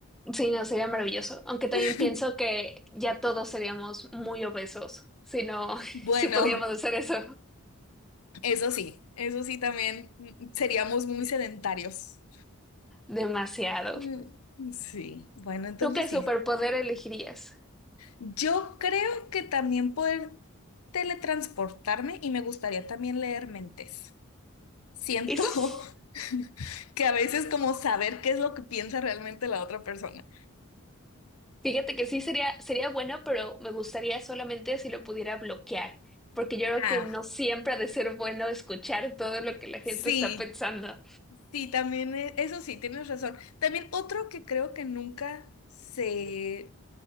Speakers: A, in the centre; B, on the left.
A: Sí, no, sería maravilloso. Aunque
B: <laughs>
A: también pienso que ya todos seríamos muy obesos si no, <laughs>
B: Bueno,
A: si pudiéramos hacer eso
B: eso sí, eso sí también mm, seríamos muy sedentarios.
A: demasiado.
B: Mm, Sí, bueno, entonces
A: ¿Tú qué superpoder
B: sí.
A: elegirías?
B: Yo creo que también poder teletransportarme y me gustaría también leer mentes. Siento
A: Eso s-
B: <laughs> que a veces como saber qué es lo que piensa realmente la otra persona.
A: Fíjate que sí sería, sería bueno, pero me gustaría solamente si lo pudiera bloquear, porque yo creo
B: Ah,
A: que no siempre ha de ser bueno escuchar todo lo que la gente
B: sí,
A: está pensando.
B: sí, también, e- eso sí, tienes razón. También otro que creo que nunca se